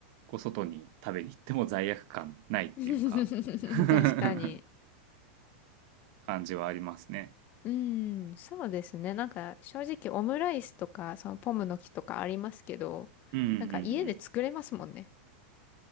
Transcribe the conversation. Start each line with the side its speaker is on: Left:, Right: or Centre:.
Right: こう外に食べに行っても罪悪感ないっていうか
Left: <laughs>
Right: <laughs>
Left: 確かに。
Right: 感じはありますね。
Left: うん。そうですね。なんか、正直オムライスとか、そのポムの木とかありますけど、
Right: うんうんう
Left: なんか家で作れますもんね。
Right: ん。